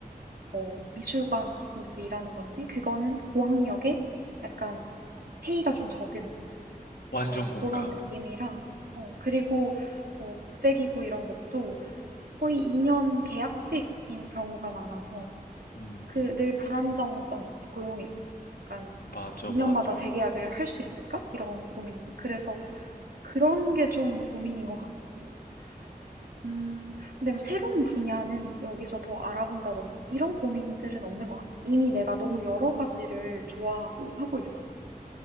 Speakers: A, on the left; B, on the right.
A: 음,
B: 뭐 미술관 같은 데서 일하는 건데 그거는 고학력에 약간 페이가 좀 적은
A: 완전
B: 어,
A: 공감.
B: 그런 느낌이라 어,
A: 음,
B: 그리고 뭐 국제기구 이런 것도 거의 2년 계약직인 경우가 많아서
A: 음,
B: 그 늘 불안정성 있지, 고용에 있어서. 약간
A: 맞아,
B: 2년마다
A: 맞아.
B: 재계약을 할 수 있을까? 이런 고민들. 그래서 그런 게 좀 고민인 것 같고. 음, 근데 새로운 분야는 여기서 더 알아본다든지 이런 고민들은 없는 것 같아. 이미 내가 너무
A: 음.
B: 여러 가지를 좋아하고 하고 있어서.